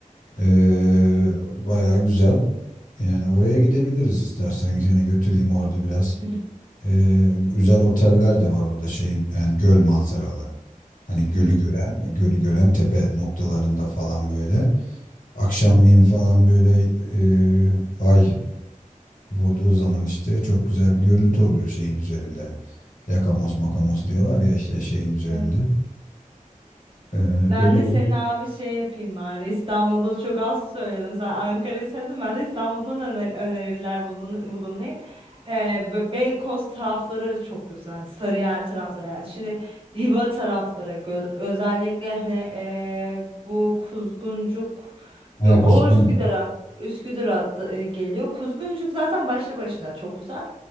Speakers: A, on the left (about 75°); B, on the right (about 40°).
A: e, bayağı güzel. Yani oraya gidebiliriz istersen seni götüreyim orada biraz.
B: hı
A: E, güzel oteller de var orada şeyin yani göl manzaralı. Hani gölü
B: hı.
A: gören, gölü gören tepe noktalarında falan böyle. Akşamleyin falan böyle e, ay vurduğu zaman işte çok güzel bir görüntü oluyor şeyin üzerinde. Yakamoz makamoz diyorlar ya işte şeyin üzerinde.
B: Evet.
A: E,
B: Ben
A: öyle
B: de seni
A: bir
B: abi şey yapayım bari İstanbul'da çok az söyledim sen Ankara'yı söyledin ben de İstanbul'dan öner- öneriler bulun bulunayım. Ee, Be- Beykoz tarafları çok güzel Sarıyer tarafları yani şimdi Diva tarafları gö- özellikle hani ee, bu Kuzguncuk
A: Ha,
B: yok
A: Kuzgun.
B: o Üsküdar'a Üsküdar'a da- e, geliyor Kuzguncuk zaten başlı başına çok güzel